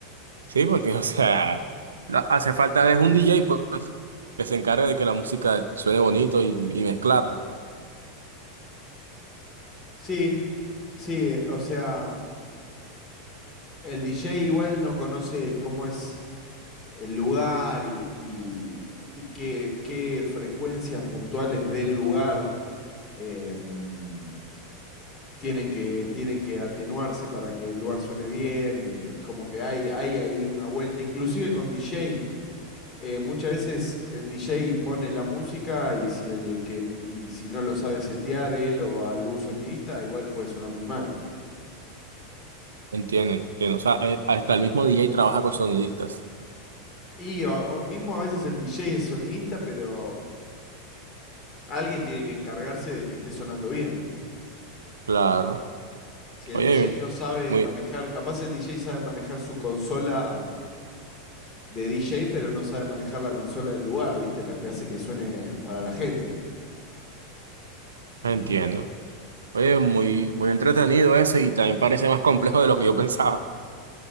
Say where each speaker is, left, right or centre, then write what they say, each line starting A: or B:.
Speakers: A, on the right (about 70°); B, on the left (about 25°).
A: Sí, porque, <laughs> o sea, la- hace falta es un DJ, pues, que se encargue de que la música suene bonito y, y mezclarla.
B: Sí, sí, eh, o sea, el DJ igual no conoce cómo es el lugar y, y, y qué, qué frecuencias puntuales del lugar em, tienen que, tienen que atenuarse para que el lugar suene bien y es como que hay, hay ahí una vuelta, inclusive con DJ eh, muchas veces el DJ pone la música y si el que y si no lo sabe setear él o algún sonidista, igual puede sonar muy mal.
A: Entiendo, entiendo. O sea, eh, hasta el mismo DJ trabaja con sonidistas.
B: Y a- o mismo a veces el DJ es sonidista, pero alguien tiene que encargarse de que esté sonando bien.
A: Claro.
B: Si el
A: Oye,
B: DJ no sabe
A: muy,
B: manejar, capaz el DJ sabe manejar su consola de DJ, pero no sabe manejar la consola del lugar, ¿viste? La que hace que suene para la gente.
A: entiendo. Oye, muy, muy entretenido eso y también parece más complejo de lo que yo <laughs> pensaba.